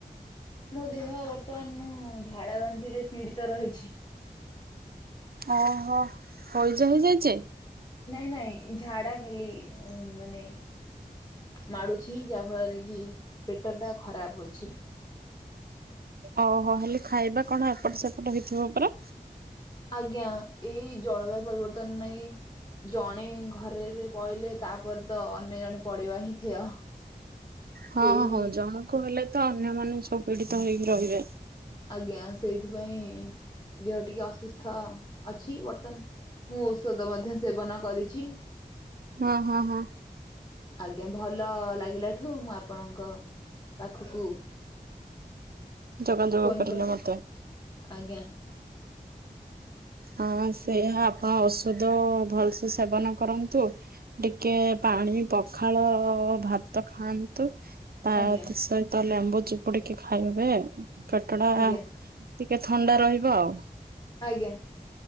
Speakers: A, on the left (about 30°); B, on the right (about 75°).
A: ମୋ ଦେହ ବର୍ତ୍ତମାନ ମୁଁ ଝାଡ଼ା ବାନ୍ତିରେ ପୀଡ଼ିତ ରହିଛି।
B: ଓ ହୋ। ହଇଜା ହେଇଯାଇଚି?
A: ନାଇଁ ନାଇଁ ଝାଡା ଖାଲି ମାନେ ମାଡୁଛି ଯାହା ଫଳରେ କି ପେଟ ଟା ଖରାପ ଅଛି।
B: ଓହୋ। ହେଲେ ଖାଇବା କଣ ଏପଟ ସେପଟ ହେଇଥିବ ପରା।
A: ଆଜ୍ଞା। ଏଇ ଜଳବାୟୁ ପରିବର୍ତ୍ତନ ନେଇ ଜଣେ ଘରେରେ ପଇଲେ ତାପରେ ତ ଅନ୍ୟ ଜଣେ ପଡିବା ହିଁ ଥେୟ।
B: ହଁ
A: ସେଇ
B: ହଁ ଜଣକୁ ହେଲେ ତ ଅନ୍ୟମାନେ ସବୁ ପୀଡିତ ହେଇକି ରହିବେ।
A: ଆଜ୍ଞା। ସେଇଥିପାଇଁ ଦେହ ଟିକେ ଅସୁସ୍ଥ ଅଛି। ବର୍ତ୍ତମାନ ମୁଁ ଔଷଧ ମଧ୍ୟ ସେବନ କରିଛି।
B: ହଁ ହଁ ହଁ।
A: ଆଜ୍ଞା ଭଲ ଲାଗିଲାଠୁ ମୁଁ ଆପଣଙ୍କ ପାଖୁକୁ
B: ଯୋଗାଯୋଗ
A: ଫୋନ
B: କରିଲେ
A: କ
B: ମତେ।
A: ଆଜ୍ଞା
B: ହଁ ସେଇଆ ଆପଣ ଔଷଧ ଭଲସେ ସେବନ କରନ୍ତୁ। ଟିକେ ପାଣି ପଖାଳ ଭାତ ଖାଆନ୍ତୁ। ତା
A: ଆଜ୍ଞା
B: ସହିତ ଲେମ୍ବୁ ଚିପୁଡିକି ଖାଇବେ। ପେଟଟା
A: ଆଜ୍ଞା
B: ଟିକେ ଥଣ୍ଡା ରହିବ ଆଉ।
A: ଆଜ୍ଞା।